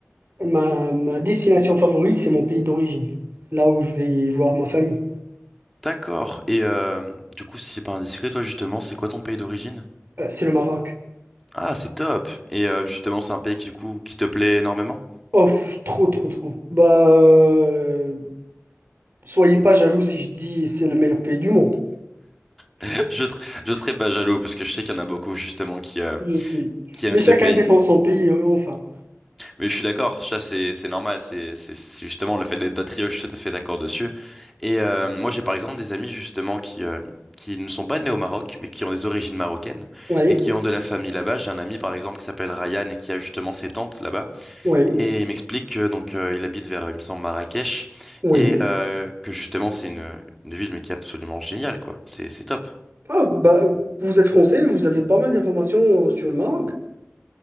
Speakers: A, on the right (about 50°); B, in the centre.
A: ma, ma destination favorite, c'est mon pays d'origine, là où je vais voir ma famille.
B: D'accord. Et euh, du coup, si c'est pas indiscret, toi justement, c'est quoi ton pays d'origine?
A: Euh, c'est le Maroc.
B: Ah, c'est top. Et euh, justement, c'est un pays qui, du coup, qui te plaît énormément?
A: Oh, pff, trop, trop, trop. Bah, euh, soyez pas jaloux si je dis c'est le meilleur pays du monde.
B: <laughs> Je serais, je serais pas jaloux parce que je sais qu'il y en a beaucoup justement qui, euh,
A: Je sais.
B: qui aiment
A: Mais
B: ce
A: chacun
B: pays.
A: défend son pays, euh, enfin.
B: Mais je suis d'accord, ça c'est c'est normal, c'est c'est- c'est justement le fait d'être patriote, je suis tout à fait d'accord dessus. Et euh, moi j'ai par exemple des amis justement qui, euh, qui ne sont pas nés au Maroc, mais qui ont des origines marocaines
A: Oui,
B: et qui ont de la famille là-bas. J'ai un ami par exemple qui s'appelle Ryan et qui a justement ses tantes là-bas.
A: oui.
B: Et il m'explique que donc euh, il habite vers, il me semble, Marrakech,
A: Oui.
B: et euh, que justement c'est une, une ville mais qui est absolument géniale, quoi. C'est c'est top.
A: Ah, bah, vous êtes français, vous avez pas mal d'informations euh, sur le Maroc.